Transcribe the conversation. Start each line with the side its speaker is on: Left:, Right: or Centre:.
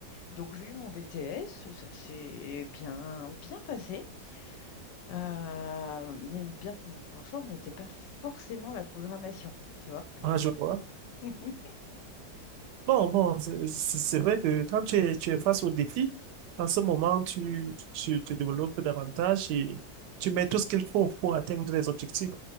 Left: Donc j'ai eu mon BTS, ça s'est bien, bien passé, Euh, mais bien que mon point fort n'était pas forcément la programmation, tu vois.
Right: en joueur.
Left: <laughs>
Right: Bon, bon, c'est c'est- c'est vrai que quand tu es, tu es face au défi, en ce moment, tu, tu te développes davantage et tu mets tout ce qu'il faut pour atteindre les objectifs.